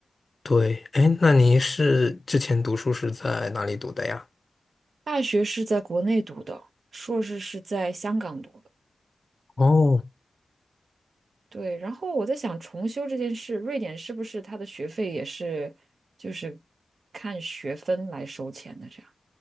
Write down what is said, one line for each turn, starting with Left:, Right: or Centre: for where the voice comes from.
Left: 对，哎，那您是之前读书是在哪里读的呀？
Right: 大学是在国内读的，硕士是在香港读。的。
Left: 哦，
Right: 对，然后我在想重修这件事，瑞典是不是它的学费也是就是看学分来收钱的这样？